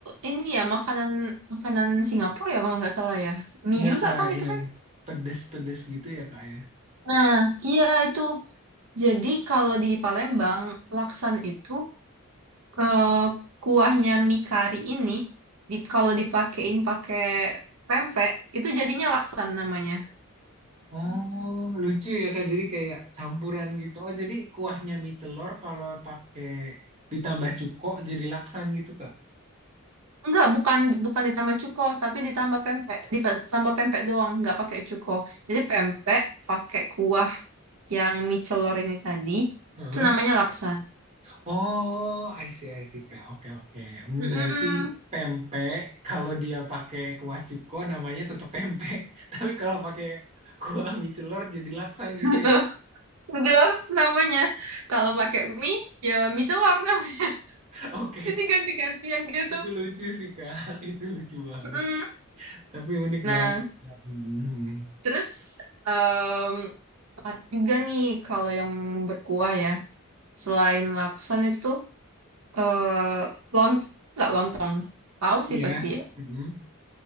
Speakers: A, on the right (about 90°); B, on the right (about 30°).
A: Ini ya makanan makanan Singapura ya kalau nggak salah ya. Mie
B: Iya,
A: juga
B: Kak,
A: kan itu
B: yang
A: kan.
B: pedes-pedes gitu ya, Kak ya.
A: Nah, iya itu. Jadi kalau di Palembang laksan itu eh, kuahnya mie kari ini di, kalau dipakein pakai pempek itu jadinya laksan namanya.
B: Oh, lucu ya Kak. Jadi kayak campuran gitu. Oh, jadi kuahnya mie celor kalau pakai ditambah cuko jadi laksan gitu, Kak.
A: Enggak, bukan bukan ditambah cuko, tapi ditambah pempek. Dipa- Ditambah pempek doang, enggak pakai cuko. Jadi pempek pakai kuah yang mie celor ini tadi,
B: Heeh.
A: itu namanya laksan.
B: Oh, I see, I see, Kak. Oke, oke. Hmm,
A: Mm-mm.
B: Berarti pempek kalau dia pakai kuah cuko namanya tetap pempek. <laughs> Tapi kalau pakai kuah mie celor jadi laksan
A: <laughs>
B: gitu ya, Kak.
A: Jadi laksan namanya. Kalau pakai mie, ya mie celor namanya. <laughs>
B: Oke.
A: Jadi ganti-gantian gitu.
B: Itu lucu sih, Kak. <laughs> Itu lucu banget.
A: Mm-mm.
B: Tapi unik
A: Nah,
B: banget. Kak. Hmm. hmm, hmm.
A: terus em, ada juga nih kalau yang berkuah ya. Selain laksan itu eh lont enggak lontong. Tahu
B: Iya.
A: sih pasti ya.
B: Hmm.